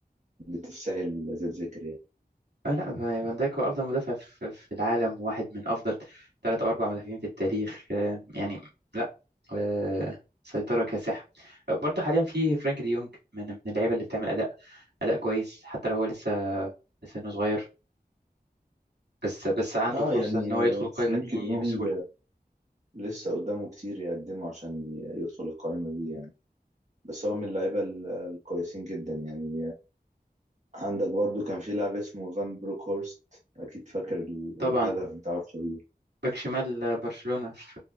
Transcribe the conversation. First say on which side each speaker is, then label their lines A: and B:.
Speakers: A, on the right; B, on the right.
A: اللي تستاهل زي الذكر يعني
B: آه لا فان دايك هو أفضل مدافع في في العالم وواحد من أفضل ثلاث أو أربع مدافعين في التاريخ آه، يعني لا آه، سيطرة كاسحة آه، برضو حاليا في فرانك دي يونج من من اللعيبة اللي بتعمل أداء أداء كويس حتى لو هو لسه سنه صغير بس بس عنده
A: اه
B: فرصة
A: يعني
B: إن هو يدخل القايمة
A: فرينك
B: دي
A: ديونج
B: بسهولة
A: لسه قدامه كتير يقدمه عشان ي- يدخل القائمة دي يعني بس هو من اللعيبة ال- الكويسين جدا يعني عندك برضو كان في لاعب اسمه فان بروك هورست أكيد فاكر ال-
B: طبعا
A: الهدف بتاعه الشهير
B: باك شمال برشلونة في